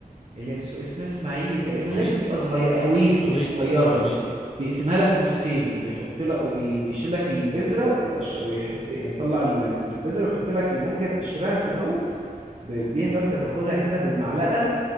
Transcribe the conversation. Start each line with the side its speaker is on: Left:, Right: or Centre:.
Right: اللي اس- اسمها اسماعيلي تقريبا اللي
Left: عويسي
Right: هي بتبقى صغيره اويسي
Left: عويسي
Right: الصغيره
Left: عويسي
Right: دي بيقسمها لك نصين وبيحط لك وبي- وبيشيل لك البذره ويقش ويحط يعني يطلع ال- ال- في البذره ويحط لك المانجا بقشرها كده اهوت ب-
Left: اوبا
Right: بيها كده انت تاخدها كده بالمعلقه